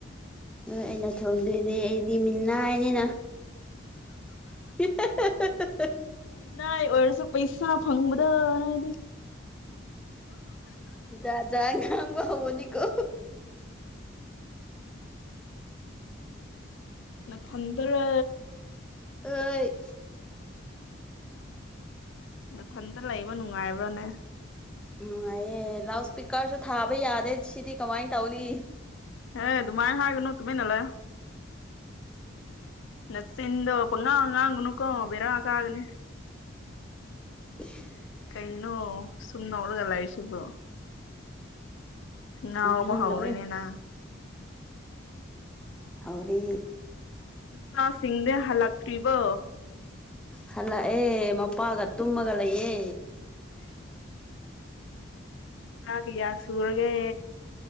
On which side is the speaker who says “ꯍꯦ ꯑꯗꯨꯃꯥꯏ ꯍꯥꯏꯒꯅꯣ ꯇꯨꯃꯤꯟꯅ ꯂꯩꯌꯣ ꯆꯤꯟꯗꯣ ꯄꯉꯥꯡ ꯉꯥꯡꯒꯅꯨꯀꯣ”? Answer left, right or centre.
Left